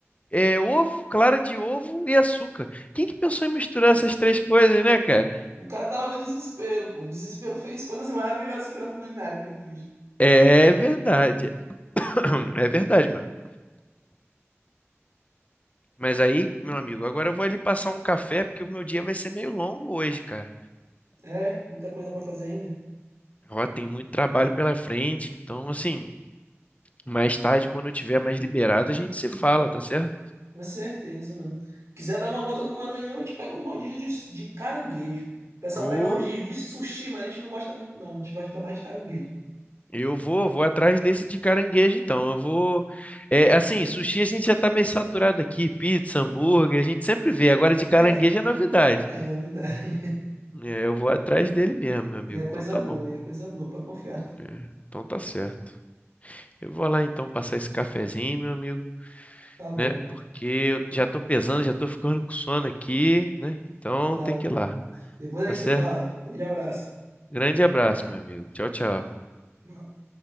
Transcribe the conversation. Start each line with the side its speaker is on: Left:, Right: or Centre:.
Left: é ovo, clara de ovo e açúcar. Quem que pensou em misturar essas três coisas, né, cara?
Right: O cara tava no desespero, pô. O desespero fez coisas maravilhosas pela culinária, pelo vídeo.
Left: É, é verdade. <clears throat> É verdade, meu amigo. Mas aí, meu amigo, agora eu vou ali passar um café, porque o meu dia vai ser meio longo hoje, cara.
Right: É, muita coisa pra fazer ainda?
Left: Ó, tem muito trabalho pela frente, então, assim, mais tarde, quando eu tiver mais liberado, a gente se fala, tá certo?
Right: Com certeza, mano. Quiser dar uma volta no Maranhão, a gente pega um rodízio de, de caranguejo. O pessoal
Left: Ô,
Right: pega rodízio de sushi, mas a gente não gosta muito, não. A gente gosta mais de caranguejo.
Left: eu vou, vou atrás desse de caranguejo, então. Eu vou. É, assim, sushi a gente já tá meio saturado aqui, pizza, hambúrguer, a gente sempre vê. Agora de
Right: É,
Left: caranguejo é novidade.
Right: é novidade.
Left: É, eu vou atrás dele mesmo, meu amigo.
Right: E é coisa
Left: Então tá
Right: boa,
Left: bom.
Right: e é coisa boa, pode confiar.
Left: É, então tá certo. Eu vou lá então passar esse cafezinho, meu amigo,
Right: Tá bom,
Left: né? Porque eu já tô pesando, já tô ficando com sono aqui, né? Então
Right: tá
Left: tem
Right: bom.
Left: que ir lá,
Right: Depois a
Left: tá
Right: gente
Left: certo?
Right: se fala. Um Grande abraço.
Left: Grande abraço, meu amigo. Tchau, tchau.
Right: Tchau.